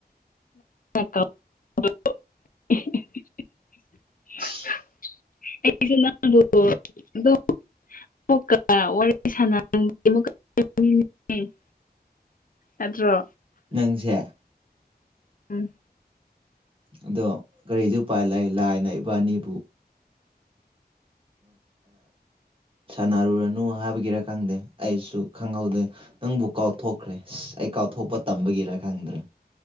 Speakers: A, on the left (about 55°); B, on the right (about 30°).
A: <unintelligible>
B: ꯁ <unintelligible>
A: <unintelligible> <unintelligible> ꯑꯦꯠꯇ꯭ꯔꯣ
B: ꯅꯪꯁꯦ
A: ꯎꯝ
B: ꯑꯗꯣ ꯀꯔꯤꯗꯤ ꯎꯄꯥꯏ ꯂꯩ ꯂꯥꯏꯅ ꯏꯕꯥꯅꯤꯕꯨ ꯁꯥꯟꯅꯔꯨꯔꯅꯨ ꯍꯥꯏꯕꯒꯤꯔ ꯈꯪꯗꯦ ꯑꯩꯁꯨ ꯈꯪꯍꯧꯗꯦ ꯅꯪꯕꯨ ꯀꯥꯎꯊꯣꯛꯈ꯭ꯔꯦ ꯑꯁ ꯑꯩ ꯀꯥꯎꯊꯣꯛꯄ ꯇꯝꯕꯒꯤꯔ ꯈꯪꯗ꯭ꯔꯦ